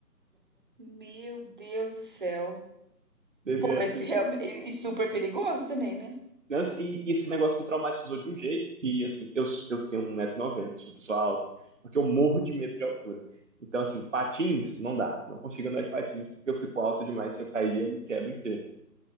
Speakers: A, on the right; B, on the right.
A: Meu Deus do céu.
B: Teve
A: Pô, mas
B: assim.
A: se realmente. E e super perigoso também, né?
B: né? E, e esse negócio me traumatizou de um jeito que, assim, eu, eu tenho um 190 noventa sou uma pessoa alta, porque eu morro de medo de altura. Então, assim, patins não dá. Não consigo andar de patins porque eu fico alto demais. Se eu cair, eu me quebro inteiro.